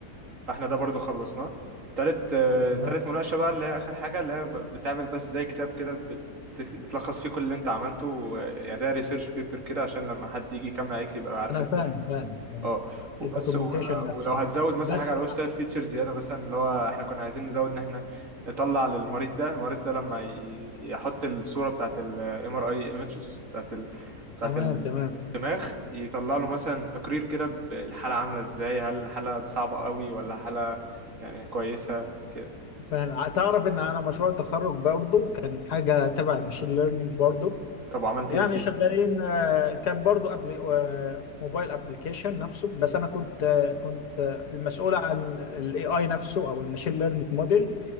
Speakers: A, on the right; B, on the left.
A: فاحنا ده برضو خلصناه تالت آه،
B: تمام
A: تالت مناقشة بقى اللي هي آخر حاجة اللي هي ب- بتعمل بس زي كتاب كده بت- بتلخص فيه كل اللي انت عملته و- يعني زي ريسيرش بيبر كده عشان لما حد يجي يكمل عليك يبقى عارف
B: انا
A: انت
B: فاهم فاهم فاهم
A: اه وبس
B: الدوكيومنتيشن
A: و...
B: نفسه
A: ولو هتزود مثلا
B: بس
A: حاجه على الويب سايت فيتشر زياده مثلا اللي هو احنا كنا عايزين نزود ان احنا نطلع للمريض ده المريض ده لما ي... يحط الصوره بتاعت الام ار اي ايمجز بتاعت ال... بتاعت
B: تمام
A: الدماغ
B: تمام
A: يطلع له مثلا تقرير كده ب- الحاله عامله ازاي هل الحاله صعبه قوي ولا حاله يعني كويسه كده
B: فاهم تعرف ان انا مشروع التخرج برضو كان حاجة تبع الماشين ليرنينج برضو
A: طب وعملت
B: يعني
A: ايه فيه
B: شغالين آه، كان برضو قبل آه، موبايل ابلكيشن نفسه بس انا كنت آه، كنت آه، المسؤول عن الاي اي نفسه او الماشين ليرنينج موديل